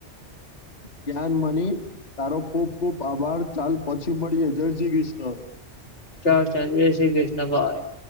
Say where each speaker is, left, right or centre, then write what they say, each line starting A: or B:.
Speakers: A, on the left (about 35°); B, on the left (about 75°).
A: ગયાન મની તારો ખૂબ ખૂબ આભાર ચાલ પછી મળીએ જય શ્રી કૃષ્ણ
B: ચાલચાલ જય શ્રી કૃષ્ણ ભાઈ